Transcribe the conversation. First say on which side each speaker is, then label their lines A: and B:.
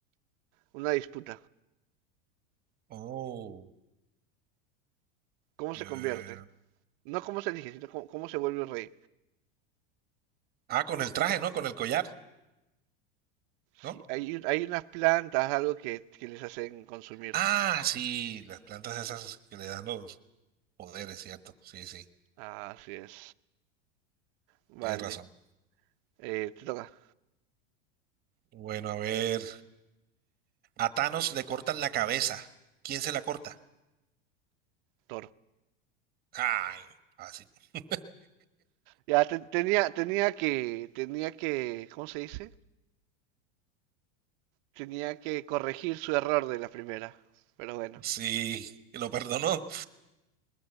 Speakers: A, on the right; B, on the right.
A: una disputa.
B: Oh.
A: ¿Cómo
B: eh,
A: se convierte? No cómo se elige, sino cómo, cómo se vuelve rey.
B: ah, con el traje, ¿no? Con el collar, ¿no?
A: Sí, hay, un- hay unas plantas, algo que, que les hacen consumir.
B: Ah, sí, las plantas esas que le dan los poderes, ¿cierto? Sí, sí,
A: Ah, Así es. Vale,
B: tienes razón.
A: eh, te toca,
B: Bueno, a ver. A Thanos le cortan la cabeza. ¿Quién se la corta?
A: Toro.
B: Ay, así. <laughs>
A: Ya te- tenía, tenía que, tenía que, ¿cómo se dice? Tenía que corregir su error de la primera. Pero bueno.
B: Sí, lo perdonó.